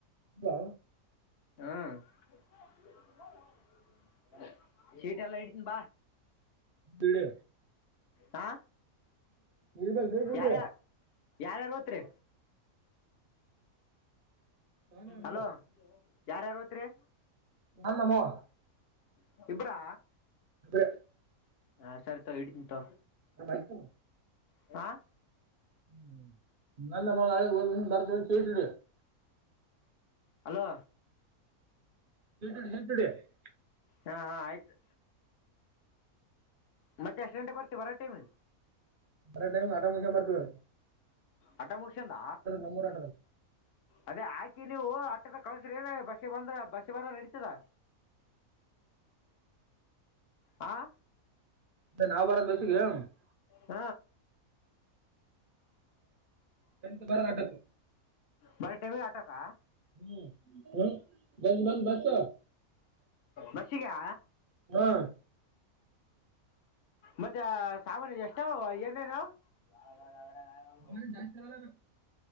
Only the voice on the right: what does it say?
ಹ
ಬಿಡಿ
ಇರ್ಬೇಕು ಬಿಡಿ ಬಿಡಿ
ನಾನೇ ಅಮ್ಮವ
ನಾನ್ ನಮ್ಮವ
ಬೆ
ನಮ್ಮ ಅಜ್ಜ.
ಹ್ಮ ನಲ್ಲ ಮಳ ಬರ್ತವೆ ಚಡಿಯ <unintelligible>
ಎೇ ಹೆೇಟಡೆ <unintelligible>
ಮರ ಟೈಮ್ ಆಟ ಮು ಬರ್ತೀದು
ನಮ್ಮೂರ ಆಟದಾಗ
ಅಂದ್ರೆ ನಾವ್ ಬರೋದ್ ಬೇಸಿಗೆ
ಎಂತ ಬರದಾಟತ್ತು
ಹ್ಮ್ ಹ್ಮ್ ಬಂದ ಬಂದ ಬಸ
ಹಾ
ಮನೇಲಿ ಜಾಸ್ತಿ ಇರಲ್ಲ ಅದು.